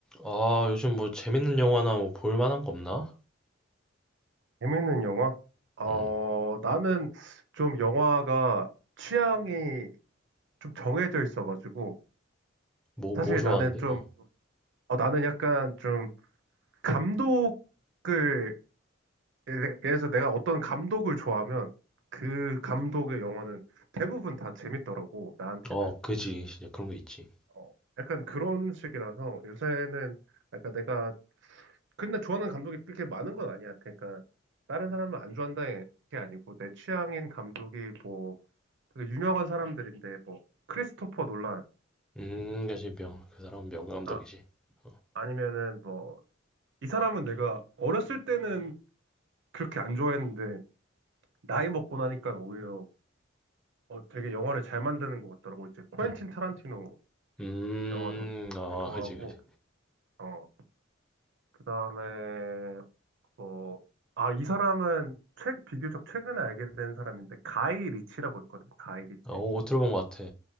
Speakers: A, in the centre; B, on the right.
A: 아, 요즘 뭐 재밌는 영화나 뭐 볼만한 거 없나?
B: 재밌는 영화? 어,
A: 음,
B: 나는 좀 영화가 취향이 좀 정해져 있어가지고,
A: 뭐,
B: 사실
A: 뭐 좋아하는데?
B: 나는 좀,
A: 어,
B: 어, 나는 약간 좀 감독을, 예를 들어서 내가 어떤 감독을 좋아하면 그 감독의 영화는 대부분 다 재밌더라고, 나한테는.
A: 어, 그지. 진짜 그런 거 있지.
B: 어, 약간 그런 식이라서 요새는, 그러니까 내가, 근데 좋아하는 감독이 그렇게 많은 건 아니야. 그러니까 다른 사람을 안 좋아한다는 게 아니고, 내 취향인 감독이 뭐, 되게 유명한 사람들인데 뭐 크리스토퍼 놀란
A: 음, 그지. 명, 그 사람은 명감독이지.
B: 아
A: 어,
B: 아니면은 뭐 이 사람은 내가 어렸을 때는 그렇게 안 좋아했는데 나이 먹고 나니까 오히려 어, 되게 영화를 잘 만드는 것 같더라고 이제 코엔틴
A: 음,
B: 타란티노
A: 음,
B: 영화도
A: 아,
B: 되게 좋아하고
A: 그지, 그지.
B: 어 그다음에 뭐 아 이 사람은 최 비교적 최근에 알게 된 사람인데 가이 리치라고 있거든 가이 리치
A: 아, 어, 어, 들어본 것 같아.